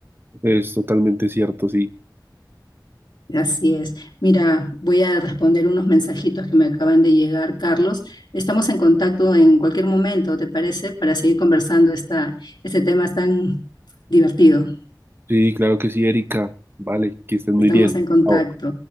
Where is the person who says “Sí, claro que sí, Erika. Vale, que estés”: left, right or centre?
Right